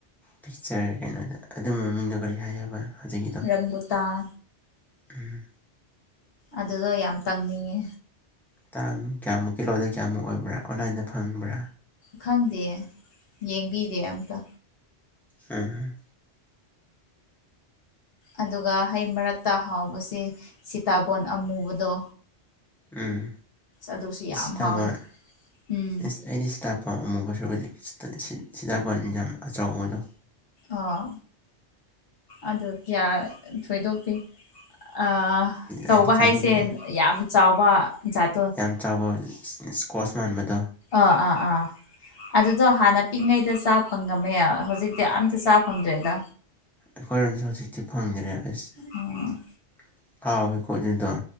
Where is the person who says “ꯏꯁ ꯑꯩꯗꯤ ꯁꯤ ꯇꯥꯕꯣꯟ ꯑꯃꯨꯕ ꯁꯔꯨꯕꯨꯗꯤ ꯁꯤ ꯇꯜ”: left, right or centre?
Centre